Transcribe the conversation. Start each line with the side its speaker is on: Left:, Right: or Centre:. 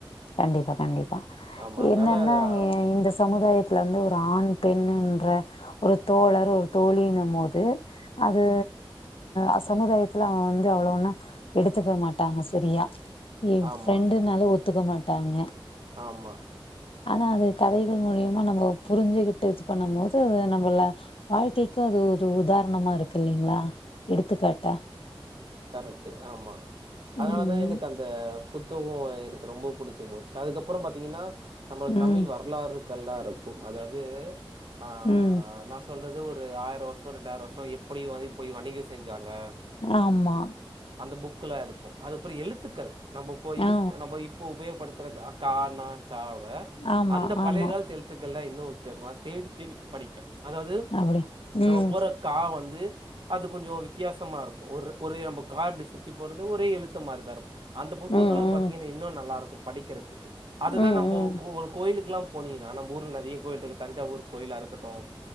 Left: கண்டிப்பா கண்டிப்பா
Right: ஆமாம் அதனால
Left: என்னன்னா
Right: ஆ, அஹ்,
Left: இந்த சமுதாயத்துல வந்து ஒரு ஆண் பெண் ஒரு தோழர் ஒரு தோழின்னு போது அது அ சமுதாயத்துல வந்து அவ்ளவு ஒன்னோ எடுத்துக்க மாட்டாங்க செரியா ஏன்
Right: ஆமாம்
Left: ஃப்ரெண்டுனாலு ஒத்துக்க மாட்டாங்க
Right: ஆமாம்
Left: ஆனா அது கதைகள் மூலியமா நம்ம புரிஞ்சுகிட்டு இது பண்ணும் போது நம்மல வாழ்க்கைக்கு அது ஒரு உதாரணமா இருக்கு இல்லலைங்களா எடுத்துக்காட்டா
Right: கரெக்ட்டு ஆமா அதனால
Left: ம்
Right: தான் எனக்கு அந் த புத்தகொம் எனக்கு ரொம்ப புடிச்சி போச்சு அதுக்கப்பறம் பாத்தீங்கன்னா நம்ம
Left: ம்
Right: தமிழ் வரலாறு கள்லா இருக்கும் அதாவது ஆ
Left: ம்
Right: நான் சொல் வது ஒரு ஆயிரம் வருஷம் ரெண்டாயிரம் வருஷம் எப்டி போய் வணிகம் செஞ்சாங்க
Left: ஆமா
Right: அந்த புக்குல இருக்கும் அதுப்பிற எழுத்துக்கள் நம்ப போய் யூஸ்
Left: ஆ
Right: நம்ப யூ இப்ப உபயோப்படுத்துறது கா னா சா வுட
Left: ஆமா
Right: அந்த பலய
Left: ஆமா
Right: காலத்து எழுத் த்துக்கள்லாம் இன்னும் வித்தியசமா தேடி தேடி படிப்பே அதாவது
Left: அப்டி ம்
Right: நம்ம போடுற க வந்து அது கொஞ்சம் வித்தியாசமா இருக்கும் ஒரு ஒரு நம்ப க இப்டி சுத்தி போடுறது ஒரே எழுத்த மாரி தான் இருக்கும் அந்த புத்தகலாம்
Left: ம் ம்
Right: பாத்திங்கன்னா இன்னும் நல்லாயிருக்கும் படிக்கிறதுக்கு அதுதான்
Left: ம்
Right: நம்பொ
Left: ம்
Right: கோ ஒரு கோயிலுக்கெல்லாம் போனீங்கன்னா நம்ம ஊர்ல நெறைய கோயில் இருக்கு தஞ்சாவூர் கோயிலா இருக்கட்டும்